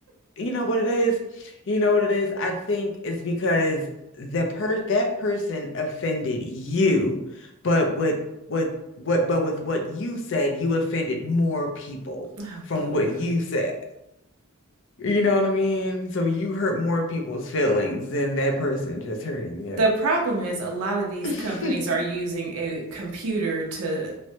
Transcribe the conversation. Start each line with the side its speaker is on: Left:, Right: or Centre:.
Left: you know what it is? You know what it is? I think it's because the per that person offended you, but with what what but with what you said, you offended more people
Right: Oh,
Left: from
Right: boo.
Left: what you said. You know what I mean? So you hurt more people's feelings than that person just hurting you.
Right: The problem is a lot of these
Left: <laughs>
Right: companies are using a computer to